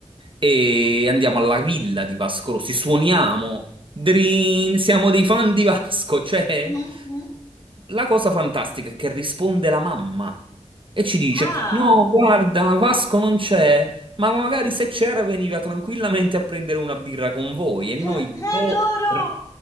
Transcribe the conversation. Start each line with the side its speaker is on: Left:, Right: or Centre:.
Right: e andiamo alla villa di Vasco Rossi, suoniamo, drin, siamo dei fan di Vasco, cioè
Left: mhm. mhm.
Right: la cosa fantastica è che risponde la mamma e ci dice:
Left: Ah,
Right: No, guarda, Vasco non c'è, ma magari se c'era veniva tranquillamente a prendere una birra con voi. E noi
Left: <laughs>
Right: do-
Left: adoro!
Right: r-